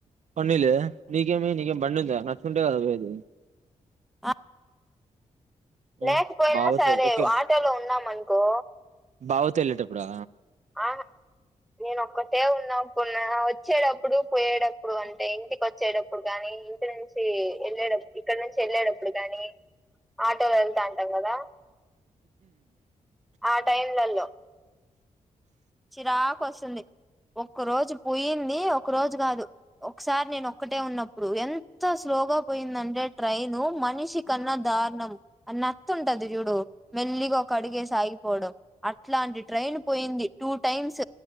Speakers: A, on the right (about 55°); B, in the centre.
A: పన్నిలే నీకేమి నీకేం బండి ఉందా నడుచుకుంటే కదా పోయేది
B: ఆ
A: ఆ
B: లేకపోయినా
A: బావతో
B: సరే
A: ఓకే
B: ఆటోలో ఉన్నాం అనుకో
A: బావతో వెళ్ళేటప్పుడా
B: ఆ నేను ఒకతే ఉన్నప్పుడు వచ్చేటప్పుడు పోయేటప్పుడు అంటే ఇంటికి వచ్చేటప్పుడు కాని ఇంటి నుం ఎళ్ళేటప్పు ఇక్కడ నుంచి వెళ్ళేటప్పుడు కాని ఆటోలో వెళ్తా అంటాం కదా ఆ టైంలలో చిరాకు వస్తుంది ఒక రోజు పుయింది ఒక రోజు కాదు ఒకసారి నేను ఒక్కటే ఉన్నప్పుడు ఎంత స్లోగా పోయిందంటే ట్రైన్ మనిషి కన్నా దారుణం అన్న తుంటది చూడు మెల్లిగ ఒక అడిగేసి ఆగిపోవడం అట్లాంటి ట్రైన్ పోయింది టూ టైమ్స్